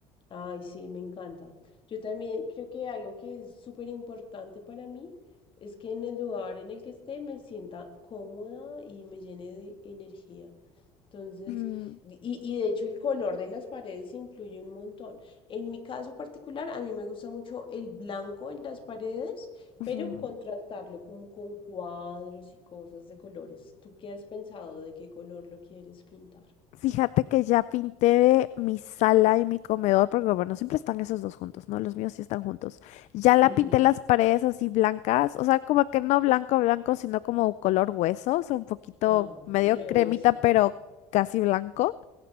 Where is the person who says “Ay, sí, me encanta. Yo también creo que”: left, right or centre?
Left